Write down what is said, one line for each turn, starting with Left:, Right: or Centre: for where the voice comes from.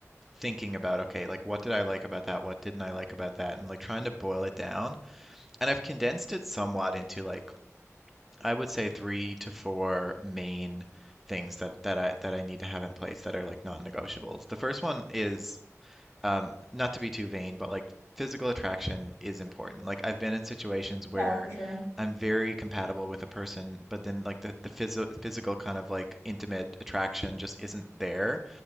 Centre: thinking about, okay, like what did I like about that? What didn't I like about that? And like trying to boil it down. And I've condensed it somewhat into like I would say three to four main things that that I that I need to have in place that are like non-negotiables. The first one is um, not to be too vain, but like physical attraction is important. Like I've been in situations where
Left: Yeah, for sure.
Centre: I'm very compatible with a person, but then like the the phys physical kind of like intimate attraction just isn't there.